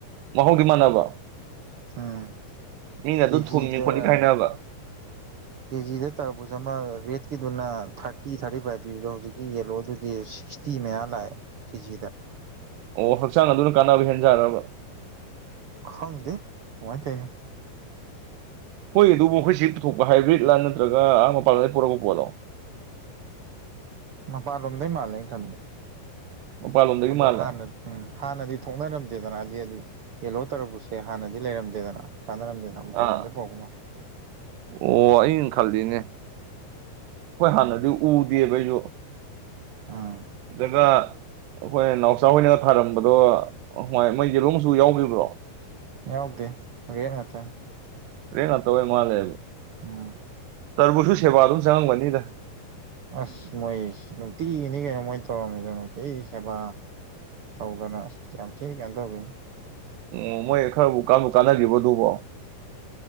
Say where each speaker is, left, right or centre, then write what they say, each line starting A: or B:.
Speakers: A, on the right; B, on the right.
A: ꯃꯍꯥꯎꯗꯤ ꯃꯥꯟꯅꯕ
B: ꯎꯝ
A: ꯃꯤꯅ
B: ꯀꯦꯖꯤꯗ
A: ꯑꯗꯨꯅ ꯊꯨꯝꯃꯤ ꯈꯣꯠꯂꯤꯀꯥ ꯍꯥꯏꯅꯕ
B: ꯀꯦꯖꯤꯗ ꯇꯔꯕꯨꯁ ꯑꯃ ꯔꯦꯠꯀꯤꯗꯨꯅ ꯊꯥꯔꯇꯤ ꯊꯥꯔꯇꯤ ꯐꯥꯏꯚ ꯄꯤꯕꯗꯣ ꯍꯧꯖꯤꯛꯀꯤ ꯌꯦꯜꯂꯣꯗꯨꯗꯤ ꯁꯤꯛꯁ ꯇꯤ ꯃꯌꯥ ꯂꯥꯛꯑꯦ ꯀꯦꯖꯤꯗ
A: ꯑꯣ ꯍꯛꯆꯥꯡ ꯑꯗꯨꯅ ꯀꯥꯟꯅꯕ ꯍꯦꯟꯖꯥꯠꯂꯥꯕ
B: ꯈꯪꯗꯦ ꯀꯃꯥꯏ ꯇꯧꯔꯤꯅꯣ
A: ꯃꯣꯏꯒꯤꯗꯨꯕꯨ ꯑꯩꯈꯣꯏꯁꯤ ꯄꯨꯊꯣꯛꯄ ꯍꯥꯏꯕ꯭ꯔꯤꯠꯂꯥ ꯅꯠꯇ꯭ꯔꯒ ꯑꯥ ꯃꯄꯥꯥꯟꯗꯒꯤ ꯄꯨꯔꯛꯄ ꯄꯣꯠꯂꯣ
B: ꯃꯄꯥꯟꯂꯣꯝꯗꯩ ꯃꯥꯜꯂꯦ ꯑꯩꯅ ꯈꯟꯕꯗ
A: ꯃꯄꯥꯟꯂꯣꯝꯗꯒꯤ
B: ꯑꯗꯨ
A: ꯃꯥꯜꯂꯦ
B: ꯍꯥꯟꯅ ꯎꯝ ꯍꯥꯟꯅꯗꯤ ꯊꯣꯛꯅꯔꯝꯗꯦꯗꯅ ꯍꯥꯏꯗꯤ ꯑꯗꯨ ꯌꯦꯂꯣ ꯇꯔꯕꯨꯁꯁꯦ ꯍꯥꯟꯅꯗꯤ ꯂꯩꯔꯝꯗꯦꯗꯅ ꯆꯥꯟꯅꯔꯝꯗꯦꯗ ꯅꯝꯕ <unintelligible> ꯄꯥꯔꯗꯗꯤꯦꯕꯣ
A: ꯑꯥ
B: <unintelligible>
A: ꯑꯣ ꯑꯩꯅ ꯈꯜꯂꯤꯅꯦ ꯍꯣꯏ ꯍꯥꯟꯅꯗꯤ ꯎꯗꯦꯕ ꯑꯩꯁꯨ
B: ꯎꯝ
A: ꯁꯤꯗꯒ ꯑꯩꯈꯣꯏ ꯅꯥꯎꯆꯥ ꯍꯣꯏꯅꯒ ꯊꯥꯔꯝꯕꯗꯣ ꯃꯣꯏ ꯌꯦꯂꯣ ꯃꯆꯨ ꯌꯥꯎꯈꯤꯕ꯭ꯔꯣ
B: ꯌꯥꯎꯗꯦ ꯔꯦꯠ ꯉꯥꯛꯇꯅꯤ
A: ꯔꯦꯠ ꯉꯥꯛꯇ ꯑꯣꯏ ꯃꯥꯜꯂꯦ
B: ꯑꯣ
A: ꯇꯔꯕꯨꯁꯨ ꯁꯦꯕꯥ ꯑꯗꯨꯝ ꯆꯪꯉꯝꯒꯅꯤꯗ
B: ꯑꯁ ꯃꯣꯏ ꯅꯨꯡꯇꯤꯅꯤ ꯀꯩꯅꯣ ꯃꯣꯏ ꯇꯧꯔꯝꯃꯤꯗ ꯅꯨꯡꯇꯤꯒꯤ ꯁꯦꯕꯥ ꯇꯧꯗꯅ ꯌꯥꯝ ꯊꯤ ꯀꯦꯅ ꯇꯧꯕꯤꯨ
A: ꯎ ꯃꯣꯏ ꯈꯔꯕꯨ ꯀꯥꯟꯕꯨ ꯀꯥꯟꯅꯈꯤꯕꯗꯨꯕꯣ